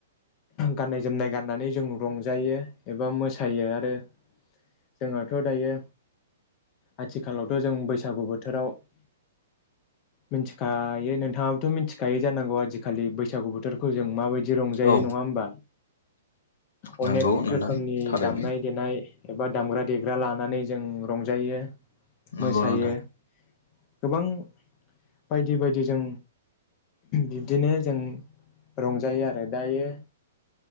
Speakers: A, on the left; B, on the left.
A: गाननाय जोमनाय गाननानै जों रंजायो एबा मोसायो आरो जोंहाथ' दायो आथिखालावथ' जों बैसागु बोथोराव मिथिखायो नोंथाङाबोथ' मिथिखायो जानांगौ आजिखालि बैसागु बोथोरखौ जों माबायदि दि रंजायो
B: औ
A: नङा होनबा अनेक
B: नंगौ नोंथां
A: रोखोमनि
B: थारैनो
A: दामनाय देनाय एबा दामग्रा-देग्रा लानानै जों रंजायो,
B: नंगौ
A: मोसायो
B: नोंथां
A: गोबां बायदि बायदि जों बिब्दिनो जों रंजायो आरो। दायो